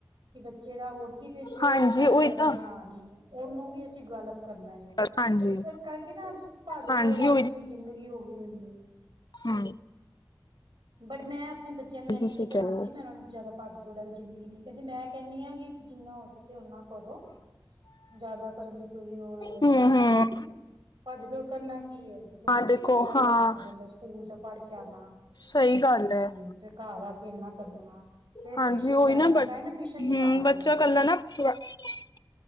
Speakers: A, on the right; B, on the left.
A: ਕਿ ਬੱਚੇ ਦਾ ਹੋਰ ਕਿਤੇ 'ਚ' ਉਹਨਾਂ
B: ਹਾਂਜੀ
A: ਦਾ
B: ਉਹੀ
A: ਜ਼ਿਆਦਾ,
B: ਤਾਂ
A: ਆਨੀ ਉਹਨੂੰ ਵੀ ਅਸੀਂ ਗਲ, ਕਰਨਾ ਏ
B: ਹਾਂਜੀ,
A: ਇਸ ਕਰਕੇ ਨਾ ਅੱਜ ਭੱਜ
B: ਹਾਂਜੀ
A: ਦੋੜ ਵੱਲ ਜਿਵੇਂ ਜ਼ਿੰਦਗੀ ਹੋ ਗਈ ਹੋਈ ਹੈ।
B: ਹਾਂ,
A: ਬਟ ਮੈਂ ਆਪਣੇ ਬੱਚਿਆਂ ਨੂੰ ਇੰਜ ਨਹੀਂ
B: ਸਹੀ
A: ਕਰਾਉਂਦੀ
B: ਕਹਿ ਰਹੇ ਹੋ।
A: ਮੈਂ ਉਹਣਾ ਨੂੰ ਜ਼ਿਆਦਾ, ਪਜ ਦੋੜ ਵਾਲੀ ਜ਼ਿੰਦਗੀ ਨਹੀਂ ਕਹਿੰਦੀ ਮੈਂ ਕਹਿੰਦੀ ਹਾਂ ਕਿ ਜਿੰਨਾ ਹੋ ਸਕੇ ਓਨਾ ਕਰੋ, ਜ਼ਿਆਦਾ ਕਰਨ ਦੀ ਕੋਈ ਉਹ ਲੋੜ
B: ਹੂੰ,
A: ਨਹੀਂ ਹੈਗੀ
B: ਹੂੰ
A: ਤੁਹਾਨੂੰ ਭੱਜ ਦੋੜ ਕਰਨ ਨਾ ਕੀ ਹੈ।
B: ਹਾਂ ਦੇਖੋ
A: ਬੱਚਾ ਵੀ
B: ਹਾਂ
A: ਥੱਕ ਜਾਂਦਾ, ਸਕੂਲ ਤੋ ਪੜ ਕੇ ਆਣਾ
B: ਸਹੀ ਗੱਲ
A: ਹਮ
B: ਹੈ।
A: ਫਿਰ ਘਰ ਆ ਕੇ ਇਨਾ ਕਰਨਾ, ਫੇਰ
B: ਹਾਂਜੀ
A: ਟਿਊਸ਼ਨ
B: ਉਹੀ
A: ਜਾਣਾ
B: ਨਾ ਬ
A: ਤਾਹੀ ਮੈਂ ਟਿਊਸ਼ਨ ਨੀ
B: ਹਮ
A: ਪਾਉਂਦੀ
B: ਬੱਚਾ
A: ਇਹਨਾਂ ਨੂੰ,
B: ਨਾ ਤਰਾ <inaudible>